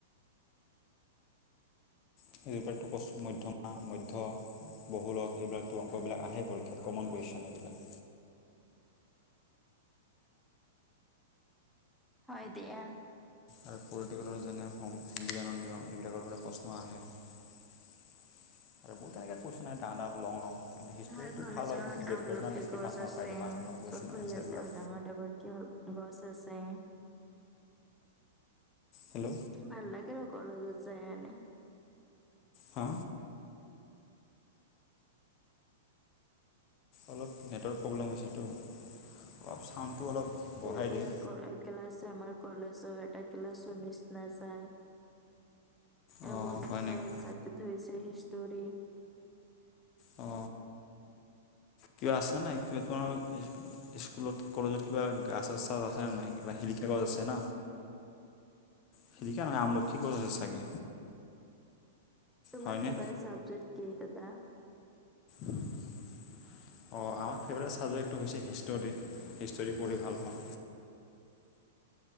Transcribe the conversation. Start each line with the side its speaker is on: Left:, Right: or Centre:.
Left: সেইজোৰপটো কচ মধ্যমা মধ্য বহুলক সেইবিলাকতো অংকবিলাক আহে পৰীক্ষাত কমন কুৱেশন এইবিলাক
Centre: হয় দিয়া
Left: আৰু পলিটিকেলৰ যেনে সংবিধানৰ নিয়ম এইবিলাকৰ পৰা প্ৰশ্ন আহে বহুত তেনেকে কুৱেচন আহে ডাঙৰ ডাঙৰ লং লং কিন্তু হিষ্ট্ৰীটো
Centre: আমাৰ কলেজত
Left: ভাল হয় ডেৰ
Centre: আমলখি
Left: পেজমান লিখিলে
Centre: গছ
Left: পাঁচ নম্বৰ
Centre: আছে
Left: পাই যায় পাঁচ নম্বৰ কুৱেশ্যন
Centre: পুখুৰী
Left: এনচাৰবিলাক
Centre: আছে আৰু ডাঙৰ ডাঙৰ তোৰ গছ আছে
Left: হেল্ল
Centre: ভাল লাগে আৰু কলেজত যাই কেনে
Left: অ অলপ নেটৱৰ্ক প্ৰব্লেম হৈছেতো অলপ চাউণ্ডটো অলপ বঢ়াই
Centre: ৰেগুলাৰ
Left: দিম
Centre: ক্লাছ আমাৰ কলেজৰ এটা ক্লাছো মিচ নাযায়
Left: অঁ
Centre: আৰু মোৰ ফেফাই
Left: হয় নেকি
Centre: চাবজেক্ট হৈছে হিষ্টৰি
Left: অ কিবা আছো নাই কিবা কৰ স্কুলত কলেজত কিবা গাছ চাচ আছেনে নাই কিবা শিলিখা গছ আছে ন শিলাখা নহয় আমলক্ষী গছ আছে চাগে
Centre: তোমাৰ
Left: হয়নে
Centre: ফেভৰেট চাবজেক্ট কি দাদা
Left: অ', আমাৰ ফেভৰেট ছাবজেক্টটো হৈছে হিষ্টৰী হিষ্টৰী পঢ়ি ভাল পাওঁ।